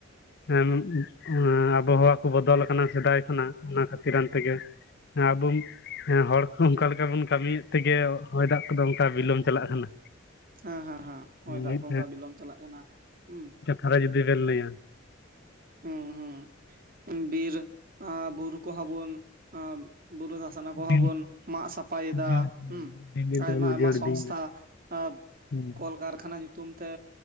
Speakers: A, on the left; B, on the right.
A: ᱦᱮᱸ ᱟᱵᱚᱦᱟᱣᱟ ᱠᱚ ᱵᱚᱫᱚᱞ ᱟᱠᱟᱱᱟ ᱥᱮᱫᱟᱭ ᱠᱷᱚᱱᱟᱜ ᱚᱱᱟ ᱠᱷᱟᱹᱛᱤᱨᱟᱱ ᱛᱮᱜᱮ ᱦᱮ ᱟᱵᱚ ᱦᱮᱸ ᱦᱚᱲ ᱠᱚ ᱚᱱᱠᱟ ᱞᱮᱠᱟ ᱵᱚᱱ ᱠᱟᱹᱢᱤᱭᱮᱫ ᱛᱮᱜᱮ ᱦᱚᱭ ᱫᱟᱜ ᱠᱚᱫᱚ ᱚᱱᱠᱟ ᱵᱤᱞᱚᱢ ᱪᱟᱞᱟᱜ ᱠᱟᱱᱟ
B: ᱦᱮᱸ ᱦᱮᱸ ᱦᱮᱸ ᱦᱚᱭ ᱫᱟᱜ
A: ᱢᱤᱫ
B: ᱠᱚ ᱚᱱᱠᱟ ᱵᱤᱞᱚᱢ ᱪᱟᱞᱟᱜ ᱠᱟᱱᱟ ᱦᱩᱸ
A: ᱟᱨᱦᱚ ᱡᱩᱫᱤ ᱵᱮᱱ ᱞᱮᱭᱟ
B: ᱦᱩᱸ ᱦᱩᱸ ᱵᱤᱨ ᱟᱨ ᱵᱩᱨᱩ ᱠᱚᱦᱚᱸ ᱵᱚᱱ ᱵᱩᱨᱩᱟᱹ ᱫᱷᱟᱥᱱᱟ ᱠᱚᱦᱚᱸ
A: ᱫᱤᱱ
B: ᱵᱚᱱ ᱢᱟᱜ ᱥᱟᱯᱷᱟᱭᱮᱫᱟ
A: ᱩᱡᱟᱹᱲ
B: ᱦᱮᱸ
A: ᱫᱤᱱ ᱫᱤᱱ ᱛᱮᱵᱚᱱ
B: ᱟᱭᱢᱟ
A: ᱩᱡᱟᱹᱲ
B: ᱟᱭᱢᱟ ᱥᱚᱝᱥᱛᱷᱟ
A: ᱫᱤᱱ
B: ᱟᱜ
A: ᱦᱩᱸ,
B: ᱠᱚᱞ ᱠᱟᱨᱠᱷᱟᱱᱟ ᱧᱩᱛᱩᱢ ᱛᱮ